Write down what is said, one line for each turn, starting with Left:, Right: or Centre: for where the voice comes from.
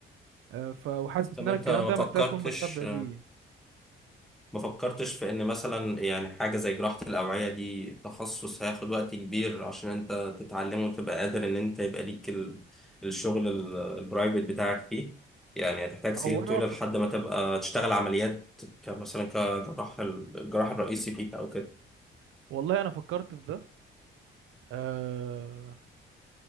Right: آه، ف وحاسس
Centre: طب
Right: ان انا
Centre: أنت
Right: الكلام
Centre: ما
Right: ده
Centre: فكرتش
Right: محتاج اكون متشبع بيه
Centre: ما فكرتش في ان مثلا يعني حاجة زي جراحة الأوعية دي تخصص هياخد وقت كبير عشان انت تتعلمه وتبقى قادر ان انت يبقى ليك ال- الشغل ال- البرايفت بتاعك فيه يعني هتحتاج سنين
Right: هو انا
Centre: طويلة
Right: ف...
Centre: لحد ما تبقى تشتغل عمليات كمثلا كجراح ال- الجراح الرئيسي فيك او كده
Right: والله انا فكرت في ده آه،